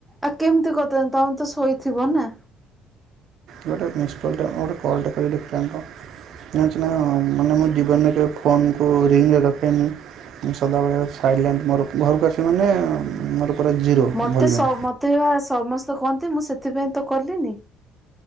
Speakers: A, in the centre; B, on the right (about 65°).
A: ଆଉ କେମିତି କହିଥାନ୍ତି ତମେ ତ ଶୋଇଥିବ ନା।
B: ଗୋଟେ ମିସକଲଟେ ଗୋଟେ କଲଟେ କରି ଦେଖିଥାନ୍ତ। ଜାଣିଚ ନା କଣ ମାନେ ମୋ ଜୀବନରେ କେବେ ଫୋନକୁ ରିଙ୍ଗରେ ରଖେନି। ଉଁ ସଦାବେଳେ ସାଇଲେଣ୍ଟ ମୋର ଘରୁକୁ ଆସିବି ମାନେ ମୋର ପୁରା ଜିରୋ
A: ମତେ
B: ଭଲ୍ୟୁମ୍
A: ସ ମତେ ବା ସମସ୍ତେ କହନ୍ତ ନ୍ତି ମୁଁ ସେଥିପାଇଁ ତ କଲିନି।